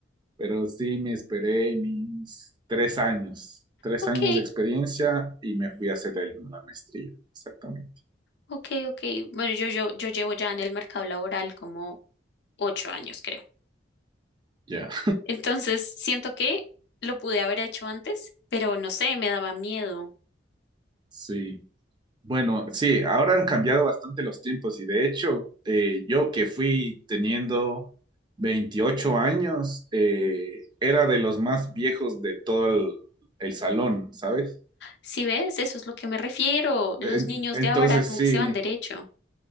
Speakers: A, on the right; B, on the left.
A: pero sí me esperé mis tres años, tres
B: Ok,
A: años de experiencia y me fui a hacer el- la maestría, exactamente.
B: ok, ok. Bueno, yo, yo, yo llevo ya en el mercado laboral como ocho años, creo.
A: Ya. <laughs>
B: Entonces, siento que lo pude haber hecho antes, pero no sé, me daba miedo.
A: Sí. Bueno, sí, ahora han cambiado bastante los tiempos y de hecho, eh, yo que fui teniendo 28 años, eh, era de los más viejos de todo el, el salón, ¿sabes?
B: Si ves, eso es lo que me refiero. Los
A: En-
B: niños
A: entonces
B: de ahora como
A: sí,
B: que se van derecho.